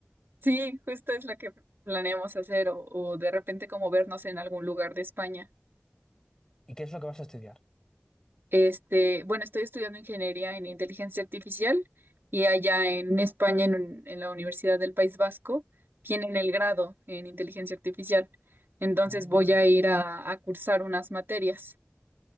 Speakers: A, on the right; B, on the left.
A: Sí, justo es lo que planeamos hacer o, o de repente como vernos en algún lugar de España.
B: ¿Y qué es lo que vas a estudiar?
A: Este, bueno, estoy estudiando ingeniería en inteligencia artificial y allá en España, en, un- en la Universidad del País Vasco, tienen el grado en inteligencia artificial. Entonces
B: Mm.
A: voy a ir a, a cursar unas materias.